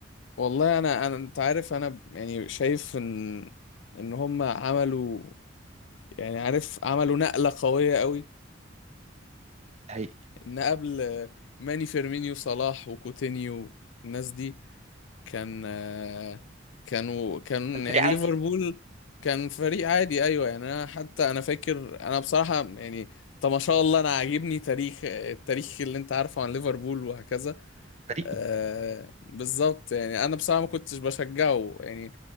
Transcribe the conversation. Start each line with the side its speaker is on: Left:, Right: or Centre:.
Left: والله انا انا انت عارف انا يعني شايف ان ان هم عملوا يعني عارف عملوا نقلة قوية قوي
Right: الحقيقي
Left: ان قبل ماني فيرمينيو صلاح وكوتينيو الناس دي كان آه، كانوا كان
Right: الفريق
Left: يعني
Right: عادي
Left: ليفربول كان فريق عادي ايوه يعني انا حتى انا فاكر انا بصراحه يعني طب ما شاء الله انا عاجبني تاريخ التاريخ اللي انت عارفه عن ليفربول وهكذا
Right: فريقي
Left: آه بالظبط يعني انا بصراحه ما كنتش بشجعه يعني